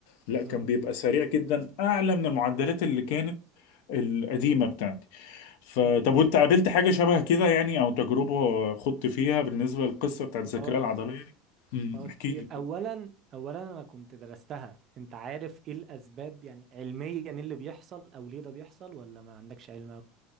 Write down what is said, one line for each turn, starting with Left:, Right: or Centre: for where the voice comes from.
Left: لا كان
Right: مم.
Left: بيبقى سريع جدا اعلى من المعدلات اللي كانت القديمه بتاعته فطب
Right: مم.
Left: وانت قابلت حاجة شبه كده يعني او تجربة خضت فيها بالنسبة للقصة بتاعت
Right: اه
Left: الذاكرة العضلية دي امم
Right: اه كتير
Left: احكي لي
Right: اولا
Left: كده
Right: اولا انا كنت درستها انت عارف ايه الاسباب يعني علميا إيه اللي بيحصل او ليه ده بيحصل ولا ما عندكش علم